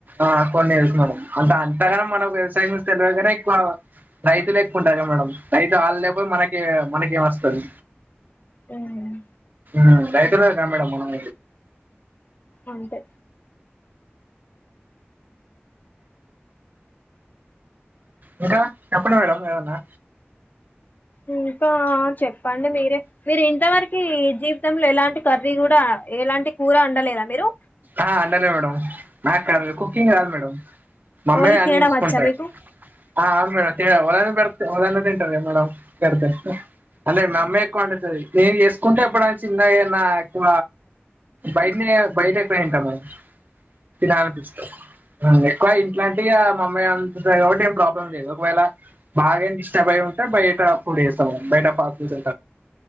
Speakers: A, on the right (about 45°); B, on the left (about 45°).
A: ఆ కొన్ని <unintelligible> దాని అంతగానం మనకు వ్యవసాయం గురించి తెలవదుగాని ఎక్కువ రైతు లేకుంటాది క మేడం రైతు వాళ్ళు లేకపోయి మనకి మనకి ఏం వస్తది
B: ఏం ఉన్
A: హ్మ్ రైతుల కా మేడం మనం
B: అంటే
A: ఇంకా చెప్పండి మేడం ఏమన్నా
B: ఉ ఆ చెప్పండి మీరే మీరు ఇంతవరకు జీ మొత్తంలో ఎలాంటి కర్రీ కూడా ఎలాంటి కూర అండలేదా మీరు
A: ఆ అండలే మేడం నాకు కుకింగ్ రాదు మేడం మమ్మయి
B: ఓన్లీ
A: అని
B: తినడం
A: చూసుకుంటాయి
B: వచ్చా మీకు
A: ఆ ఆేడ ఉదాన్ బడత ఉదహన్న తింటార మేడడం ద అదే మమ్మ ఎ కొండ నేను చేసుకుంటే ఎప్పుడ చిన్నగా ఏన్నా ఎక్కు బయటనే బయట ఎక్కువ తింట మేడం తిన అనిపిస్తే ఎక్కువ ఇంట్లా అంటే ఇగ మమ్మీ అందుతుంది కాబట్టి ఏం ప్రాబ్లం లేదు ఒకవేళ బాగెం డిస్టర్బ్ అయి ఉంటే బయట ఫుడ్ తెస్తా బయట పార్సిల్